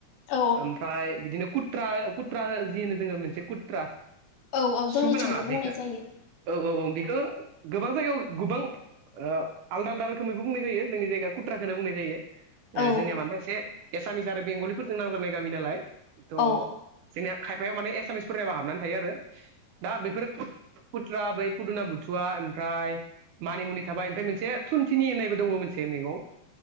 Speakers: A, on the left; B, on the right.
A: औ
B: ओम फ्राय बिदिनो कुट्रा कुट्रा जि होनो जोङो मोनसे कुट्रा
A: औ औ जोंनिथिंबो
B: सु गोनाङा
A: बुंनाय
B: बेखौ
A: जायो
B: औ औ औ बेखो गोबां जायगायाव गोबां ओ आलदा आलदा रोखोमैबो बुंनाय जायो जोंनि जायगायाव कुट्राखौनो बुंनाय जायो।
A: औ
B: जोंनिया माने एसे एसामिस आरो बेंगलिफोरजों नांजाबनाय गामि नालाय थ'
A: औ
B: जोंनिया खायफायाव माने एसामिस फोरनियाबो हाबनानै थायो आरो दा बेफोर कुट्रा बै फुदुना गुथुवा ओमफ्राय मानिमुनि थाबाय ओमफ्राय मोनसे थुनथिनि होननायबो दङ मोनसे मैगं